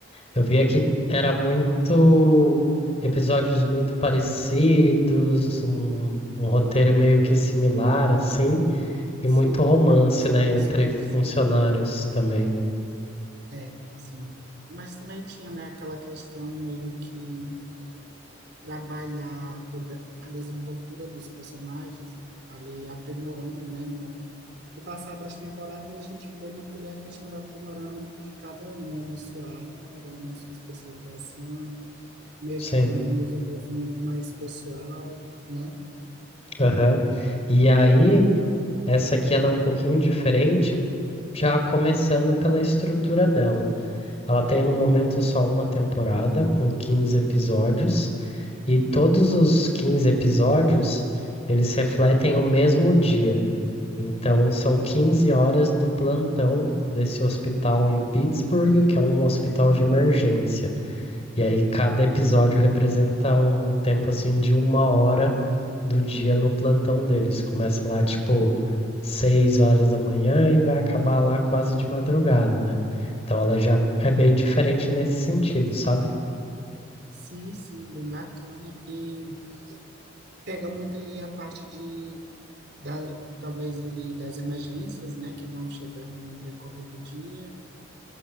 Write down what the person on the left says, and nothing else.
eu via que era muito episódios muito parecidos, um, um roteiro meio que similar, assim, e
muito romance,
né, entre funcionários também.
Sim.
Aham. E aí, essa aqui ela é um pouquinho diferente Já começando pela estrutura dela. Ela tem no momento só uma temporada, com 15 episódios, e todos os 15 episódios eles refletem o mesmo dia. Então, são 15 horas do plantão desse hospital em Pittsburgh, que é um hospital de emergência. E aí cada episódio representa um tempo assim de uma hora do dia no plantão deles. Começa lá tipo seis horas da manhã e vai acabar lá quase de madrugada, né? Então ela já é bem diferente nesse sentido, sabe?